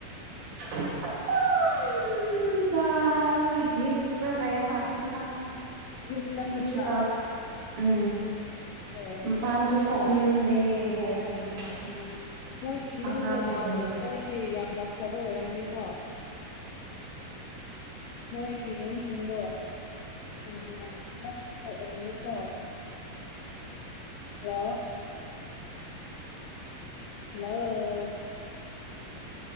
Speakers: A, on the right (about 60°); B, on the left (about 85°).
A: <inaudible> ꯎꯝ ꯆꯔꯒ ꯍꯤꯞ ꯂꯩ ꯃꯥꯜꯂꯦꯗ ꯃꯥꯁꯦ꯫
B: ꯌꯨꯝꯗ
A: ꯀ꯭ꯔꯤꯁꯨ
B: ꯈꯛꯇ
A: ꯇꯥꯎꯗꯦ ꯎꯝ
B: ꯑꯦ
A: ꯑꯝ ꯄꯥꯟꯁꯨ ꯊꯣꯛꯅꯤꯡꯗꯦ ꯍꯥꯏꯔ ꯂꯩ ꯃꯥ꯫
B: ꯃꯣꯏꯒꯤ ꯌꯨꯝꯗꯣ
A: ꯑꯉꯥꯎꯕꯅꯤꯗ
B: ꯌꯥꯝꯅ ꯃꯣꯏꯗꯤ ꯌꯥꯝꯅ ꯐꯕ ꯑꯣꯏꯔꯝꯅꯤꯀꯣ꯫ ꯃꯣꯏꯒꯤ ꯌꯨꯝꯁꯤꯡꯗꯣ꯫ ꯌꯥꯝꯅ <unintelligible> ꯑꯣꯏꯔꯝꯅꯤꯀꯣ ꯂꯥꯑꯣ꯫ ꯂꯥꯋꯣ꯫